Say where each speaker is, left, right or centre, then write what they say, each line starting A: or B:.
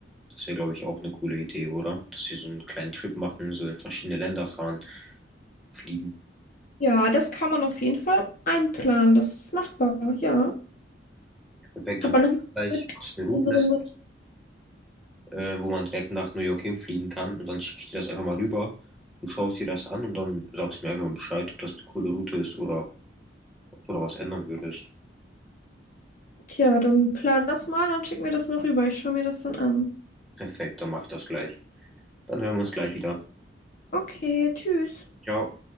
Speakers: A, in the centre; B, on the left.
A: Das wäre, glaube ich, auch eine coole Idee, oder? Dass wir so einen kleinen Trip machen, so in verschiedene Länder fahren, fliegen.
B: Ja, das kann man auf jeden Fall einplanen. Das ist machbar, ja.
A: Perfekt,
B: Aber
A: dann gucken
B: nochmal
A: wir
B: zurück
A: gleich, was
B: zu
A: für Routen
B: unseren.
A: es äh, wo man direkt nach New York hinfliegen kann. Und dann schicke ich dir das einfach mal rüber. Du schaust dir das an und dann sagst du mir einfach mal Bescheid, ob das eine coole Route ist oder ob du da was ändern würdest.
B: Ja, dann plan das mal, dann schick mir das mal rüber. Ich schaue mir das dann an.
A: Perfekt, dann mach ich das gleich. Dann hören wir uns gleich wieder.
B: Okay, tschüss.
A: Ciao.